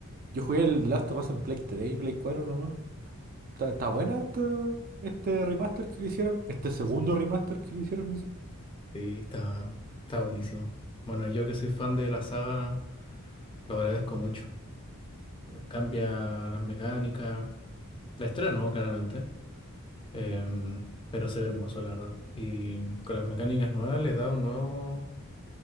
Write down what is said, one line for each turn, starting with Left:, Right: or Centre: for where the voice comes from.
Right: Yo jugué el The Last of Us en Play 3 y Play Cuatro, nomás. Está, está buena esta- este remaster que le hicieron, este segundo remaster que le hicieron así.
Left: Sí, está, está buenísimo. Bueno, yo que soy fan de la saga, lo agradezco mucho. Cambia las mecánicas, la historia no, claramente, em, pero se ve hermoso, la verdad. Y con las mecánicas nuevas le da un nuevo